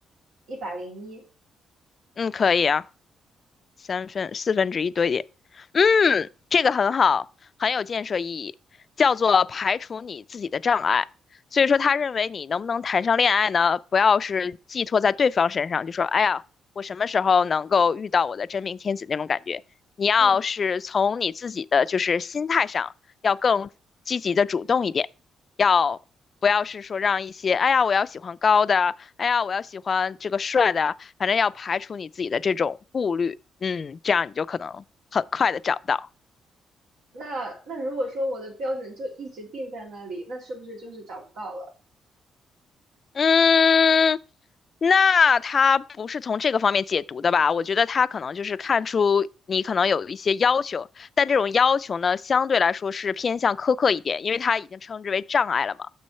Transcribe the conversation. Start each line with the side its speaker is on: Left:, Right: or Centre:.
Right: 一百零一。
Left: 嗯，可以啊。三分四分之一多一点。嗯，这个很好，很有建设意义，叫做排除你自己的障碍。所以说，他认为你能不能谈上恋爱呢？不要是寄托在对方身上，就说“哎呀，我什么时候能够遇到我的真命天子”那种感觉。你要是从你自己的就是心态上，
Right: 嗯，
Left: 要更积极的主动一点。要不要是说让一些，哎呀，我要喜欢高的，哎呀，我要喜欢这个帅的，反正要排除你自己的这种顾虑，嗯，这样你就可能很快的找到。
Right: 那那如果说我的标准就一直定在那里，那是不是就是找不到了？
Left: 嗯，那他不是从这个方面解读的吧？我觉得他可能就是看出你可能有一些要求，但这种要求呢，相对来说是偏向苛刻一点，因为他已经称之为障碍了嘛。